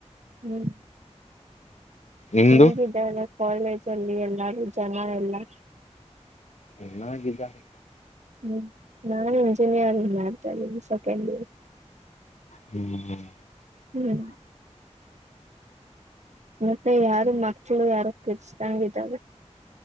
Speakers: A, on the right (about 75°); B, on the left (about 70°).
A: ಹ್ಮ್
B: ನಿಮ್ದು
A: ಹೆಂಗಿದ್ದಾರೆ ಕಾಲೇಜ್ ಅಲ್ಲಿ ಎಲ್ಲಾರು ಜನ ಎಲ್ಲಾ
B: ಚನ್ನಾಗಿದ್ದಾರೆ
A: ಹ್ಮ್ ನಾನ್ ಇಂಜಿನಿಯರಿಂಗ್ ಮಾಡ್ತಾ ಇದನಿ ಸೆಕೆಂಡ್ ಇಯರ್
B: ಹ್ಮ್ ಹ್ಮ್
A: ಹ್ಮ್ ಮತ್ತೆ ಯಾರು ಮಕ್ಳು ಯಾರು ಕಿರಿಚಿದಂಗಿದ್ದರೆ